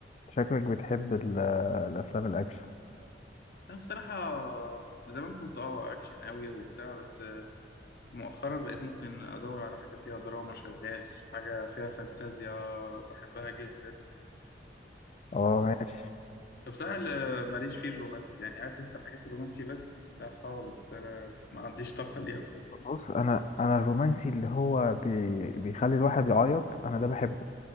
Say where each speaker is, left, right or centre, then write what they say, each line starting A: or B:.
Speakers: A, on the left (about 40°); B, on the left (about 55°).
A: شكلك بتحب ال- الافلام الاكشن
B: انا بصراحه زمان كنت اه اكشن قوي وبتاع بس آه، مؤخرا بقيت ممكن ادور على حاجه فيها دراما شغال حاجه فيها فانتازيا بحبها جدا
A: اه ماشي
B: فبصراحة ال- ماليش فيه الرومانسي يعني عارف انت الحاجات الرومانسي بس ده خالص انا ما عنديش طاقة ليها بصراحة
A: بص انا انا الرومانسي اللي هو بي... بيخلي الواحد يعيط انا ده بحبه